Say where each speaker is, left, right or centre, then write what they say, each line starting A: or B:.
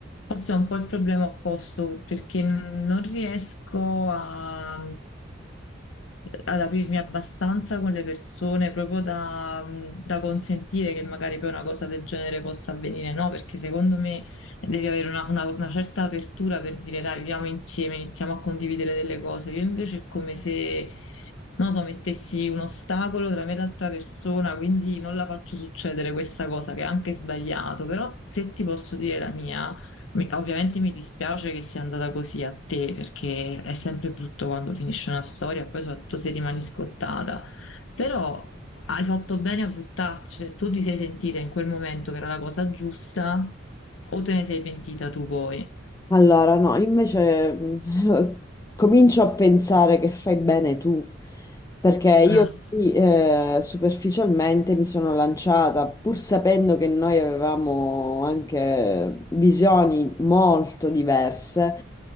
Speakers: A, on the left; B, on the left.
A: forse ho un po' il problema opposto perché non riesco a, ad aprirmi abbastanza con le persone proprio da, da consentire che magari poi una cosa del genere possa avvenire, no? Perché secondo me devi avere una, una- una certa apertura per dire dai, viviamo insieme, iniziamo a condividere delle cose. Io invece è come se, non so, mettessi un ostacolo tra me e l'altra persona, quindi non la faccio succedere questa cosa che è anche sbagliato, però se ti posso dire la mia, mi- ovviamente mi dispiace che sia andata così a te, perché è sempre brutto quando finisce una storia, poi soprattutto se rimani scottata. Però hai fatto bene a buttarci, se tu ti sei sentita in quel momento che era la cosa giusta, o te ne sei pentita tu poi?
B: Allora, no, invece mm, <laughs> comincio a pensare che fai bene tu, perché
A: Ah,
B: io lì, eh, superficialmente mi sono lanciata, pur sapendo che noi avevamo anche visioni molto diverse,